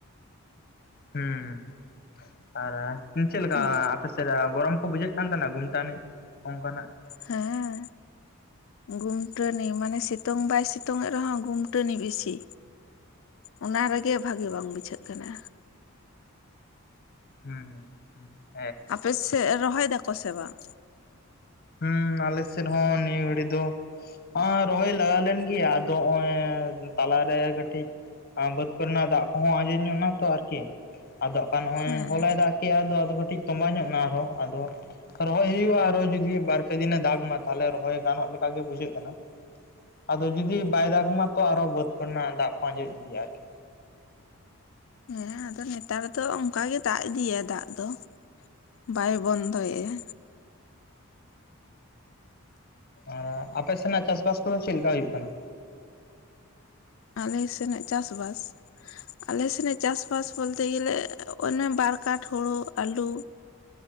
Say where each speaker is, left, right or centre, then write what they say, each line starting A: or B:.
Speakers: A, on the left; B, on the left.
A: ᱦᱮᱸ, ᱟᱨ ᱪᱮᱫ ᱞᱮᱠᱟ
B: ᱦᱮᱸ
A: ᱟᱥᱮᱫ ᱜᱚᱨᱚᱢ ᱠᱚ ᱵᱩᱡᱷᱟᱹᱜ ᱠᱟᱱ ᱛᱟᱦᱮᱱᱟ ᱜᱩᱢᱥᱟᱱᱤ ᱚᱱᱠᱟᱱᱟᱜ᱾
B: ᱦᱮᱸ᱾ ᱜᱩᱢᱴᱟᱹᱱᱤ, ᱢᱟᱱᱮ ᱥᱤᱛᱩᱝ ᱵᱟᱭ ᱥᱤᱛᱩᱝ ᱮᱫ ᱨᱮᱦᱚᱸ ᱜᱩᱢᱴᱟᱹᱱᱤ ᱵᱤᱥᱤ᱾ ᱚᱱᱟ ᱨᱮᱜᱮ ᱵᱷᱟᱜᱮ ᱵᱟᱝ ᱵᱩᱡᱷᱟᱹᱜ ᱠᱟᱱᱟ᱾
A: ᱦᱮᱸ ᱦᱮᱸ ᱦᱮᱸ᱾
B: ᱟᱯᱮ ᱥᱮᱜ ᱨᱚᱦᱚᱭ ᱫᱟᱠᱚ ᱥᱮ ᱵᱟᱝ?
A: ᱦᱩᱸ ᱟᱞᱮ ᱥᱮᱫ ᱦᱚᱸ ᱱᱤᱭᱟᱹ ᱜᱷᱟᱹᱲᱤ ᱫᱚ ᱟᱸ ᱨᱚᱦᱚᱭ ᱞᱟᱜᱟᱣ ᱞᱮᱱ ᱜᱮᱭᱟ ᱟᱫᱚ ᱱᱚᱜ-ᱚᱭ ᱛᱟᱞᱟᱨᱮ ᱠᱟᱹᱴᱤᱡ ᱟᱸ ᱵᱟᱹᱫ ᱠᱚᱨᱮᱱᱟᱜ ᱫᱟᱜ ᱠᱚᱦᱚᱸ ᱟᱸᱡᱮᱫ ᱧᱚᱜ ᱱᱟ ᱛᱚ ᱟᱨᱠᱤ᱾ ᱟᱫᱚ ᱠᱟᱱ ᱱᱚᱜᱼᱚᱭ
B: ᱦᱮᱸ
A: ᱦᱚᱞᱟᱭ
B: ᱦᱮᱸ
A: ᱫᱟᱜᱽ ᱠᱮᱼᱟᱭ ᱟᱫᱚ ᱟᱫᱚ ᱠᱟᱹᱴᱤᱡᱽ ᱛᱚᱸᱵᱟ ᱧᱚᱜ ᱮᱱᱟ ᱟᱨᱦᱚᱸ ᱟᱫᱚ ᱨᱚᱦᱚᱭ ᱦᱩᱭᱩᱜᱼᱟ ᱟᱨᱦᱚ ᱡᱚᱫᱤ ᱵᱟᱨᱯᱮ ᱫᱤᱱᱮ ᱫᱟᱜᱽ ᱢᱟ ᱛᱟᱦᱞᱮ ᱨᱚᱦᱚᱭ ᱜᱟᱱᱚᱜ ᱞᱮᱠᱟᱜ ᱜᱮ ᱵᱩᱡᱷᱟᱹᱜ ᱠᱟᱱᱟ᱾ ᱟᱫᱚ ᱡᱩᱫᱤ ᱵᱟᱭ ᱫᱟᱜᱽᱢᱟ ᱛᱚ ᱟᱨᱚ ᱵᱟᱹᱫᱽ ᱠᱚᱨᱮᱱᱟᱜ ᱫᱟᱜᱽ ᱠᱚ ᱟᱸᱡᱮᱫ ᱤᱫᱤᱭᱟ ᱟᱨᱠᱤ᱾
B: ᱦᱮᱸ ᱟᱫᱚ ᱱᱮᱛᱟᱨ ᱫᱚ ᱚᱱᱠᱟᱜ ᱜᱮ ᱫᱟᱜᱽ ᱤᱫᱤᱭᱤᱭᱟ ᱫᱟᱜᱽ ᱫᱚ ᱵᱟᱭ ᱵᱚᱱᱫᱚᱭᱟ᱾
A: ᱟᱨ ᱟᱯᱮ ᱥᱮᱱᱟᱜ ᱪᱟᱥᱵᱟᱥ ᱠᱚᱫᱚ ᱪᱮᱫ ᱞᱮᱠᱟ ᱦᱩᱭᱩᱜ ᱠᱟᱱᱟ᱾
B: ᱟᱞᱮ ᱥᱮᱱᱟᱜ ᱪᱟᱥᱵᱟᱥ? ᱟᱞᱮ ᱥᱮᱱᱟᱜ ᱪᱟᱥᱼᱵᱟᱥ ᱵᱚᱞᱛᱮ ᱜᱮᱞᱮ ᱚᱱᱮ ᱵᱟᱨ ᱠᱟᱴ ᱦᱳᱲᱳ, ᱟᱹᱞᱩ